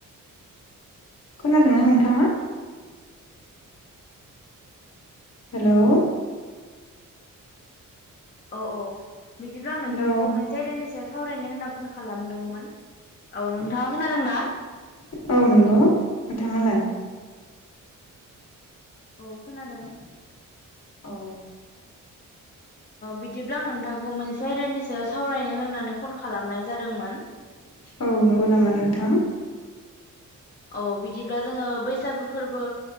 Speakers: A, on the left (about 50°); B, on the left (about 30°).
A: खोनादों ना नोंथाङा? हेलौ।
B: औ औ बिदिब्ला आं नोंथांखौ
A: हेलौ
B: मोनसे जायदानि सायाव सावरायनो होनना फन खालामदोंमोन औ नोंथाङा खोनादोंना?
A: औ नंगौ नोंथाङालाय।
B: औ खोनादों।
A: औ
B: बिदिब्ला आं नोंथांखौ मोनसे आयदानि सायाव सावरायनो होननानै फन खालामनाय जादोंमोन।
A: औ नंगौ नामा नोंथां?
B: औ बिदिब्ला जोङो बैसागो फोरबो